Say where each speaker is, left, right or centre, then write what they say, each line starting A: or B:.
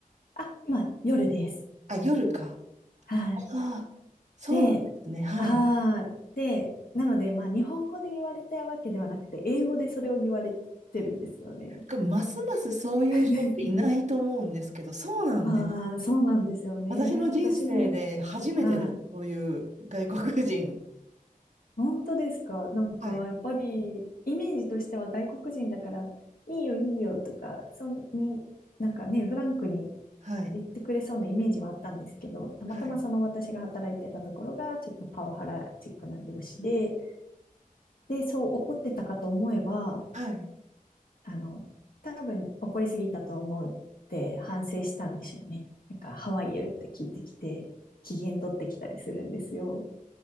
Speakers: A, on the left; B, on the right.
A: あ、今、夜です。
B: あ、夜か。
A: はい。
B: ああ、そうなんですね。
A: で、
B: はい。
A: はい。で、なので、まあ、日本語で言われたわけではなくて、英語でそれを言われてるんですよね。
B: これますますそういう人っていないと思うんですけど、
A: <laughs>
B: そうなんです。
A: ああ、そうなんですよね。
B: 私の人生で初めてです。
A: 私も、はい。
B: そういう外国人。
A: 本当ですか。なんか、
B: はい。
A: やっぱり、イメージとしては外国人だから、いいよ、いいよとか、そんに、なんかね、フランクに
B: はい。
A: 言ってくれそうなイメージはあったんですけど、たまたまその私が働いてたところが、
B: はい。
A: ちょっとパワハラチックな上司で、で、そう怒ってたかと思えば、
B: はい。
A: あの、多分怒りすぎたと思うって反省したんでしょうね。なんか、ハワイ y って聞いてきて、機嫌取ってきたりするんですよ。